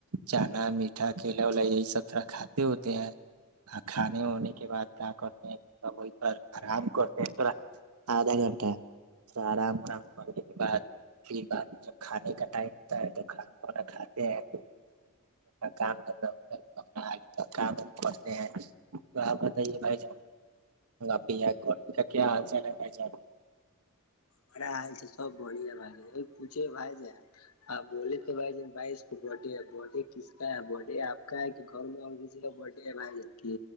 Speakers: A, on the right (about 90°); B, on the left (about 75°).
A: چنا میٹھا کیلا ولا یہی سب تھوڑا کھاتے ہوتے ہیں کھانے ہونے کے بعد کیا کرتے وہ پر آرام کرتے ہیں تھوڑا آدھا گھنٹہ آرام ورام کرنے کے بعد پھر بعد جب کھانے کا ٹائم ہوتا ہے تو کھانا خات ہیں کام کرنا اپنا آگے کام پنچتے ہیں تو آپ بھ جاپ کا کیا چل ہے بائی جاؤ
B: بڑا حال سب بڑھیا ب گ پوچھے بھائی ہاں بولے تو بھائی بائی کو بوٹے بٹے کس بھ ڈے آپ کا ہے کہ گھر میں اور کسی کا بر ڈے ہے بھائی کی